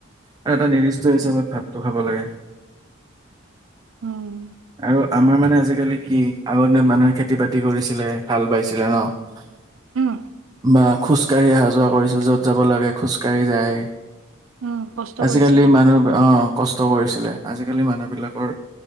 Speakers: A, on the right; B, on the right.
A: আৰু এটা নিৰ্দিষ্ট হিচাপত
B: হম হম
A: ভাতটো খাব লাগে।
B: উম
A: আৰু আমাৰ মানে আজিকালি কি আগৰ দিন মানুহে খেতি বাতি কৰিছিলে ভাল পাইছিলে নহঁ
B: উম।
A: বা খোজকাঢ়ি অহা যোৱা কৰিছিল য'ত যাব লাগে খোজকাাঢ়ি যায়।
B: উম কষ্ট
A: আজিকালি
B: কৰিছিলে
A: মানুহে আহ কষ্ট কৰিছিলে আজি আজিকালি মানুহ বিলাকৰ